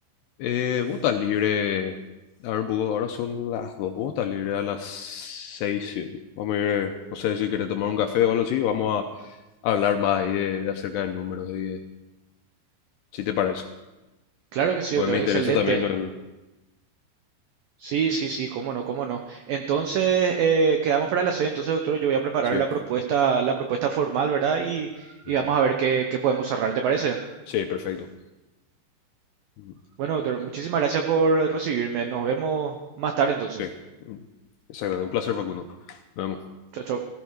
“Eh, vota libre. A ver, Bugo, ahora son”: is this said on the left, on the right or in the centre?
Left